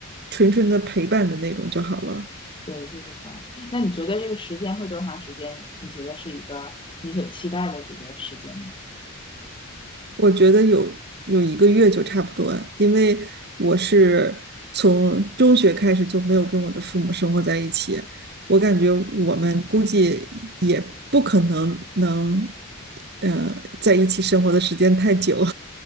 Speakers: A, on the right; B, on the left.
A: 纯纯的陪伴的那种就好了。
B: 对，就是会。那你觉得这个时间会多长时间？你觉得是一个你所期待的这个时间吗？
A: 我觉得有有一个月就差不多，因为我是从中学开始就没有跟我的父母生活在一起，我感觉我们估计也不可能能，嗯，在一起生活的时间太久，